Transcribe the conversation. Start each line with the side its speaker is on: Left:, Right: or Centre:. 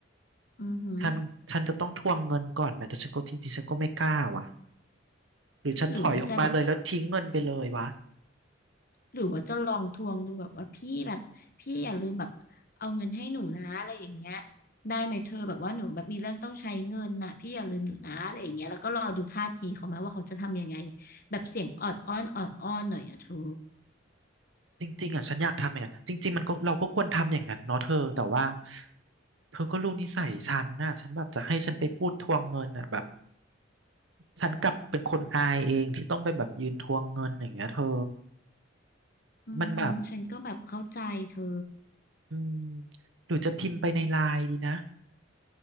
Left: อือหือ
Right: ฉันฉันจะต้องทวงเงินก่อนไหมแต่ฉันก็จริงๆฉันก็ไม่กล้าว่ะหรือฉันถอยออกมาเลยแล้วทิ้งเงินไปเลยวะ
Left: หรือว่าจะแบบหรือว่าจะลองทวงดูแบบว่าพี่แบบพี่อย่าลืมแบบเอาเงินให้หนูนะอะไรอย่างเงี้ยได้ไหมเธอแบบว่าหนูแบบมีเรื่องต้องใช้เงินน่ะพี่อย่าลืมหนูนะอะไรอย่างเงี้ยแล้วก็รอดูท่าทีเขามาว่าเขาจะทำยังไงแบบเสียงออดอ้อนออดอ้อนหน่อยอะเธอ
Right: จริงๆอ่ะฉันอยากทำอย่างนั้นจริงๆมันก็เราก็ควรทำอย่างนั้นเนาะเธอแต่ว่าเธอก็รู้นิสัยฉันน่ะฉันแบบจะให้ฉันไปพูดทวงเงินอ่ะแบบฉันกลับเป็นคนอายเองที่ต้องไปแบบยืนทวงเงินอย่างเงี้ยเธอ
Left: อือหือฉันก็แบบเข้าใจเธอ
Right: มันแบบอืมหรือจะพิมพ์ไปในไลน์ดีนะ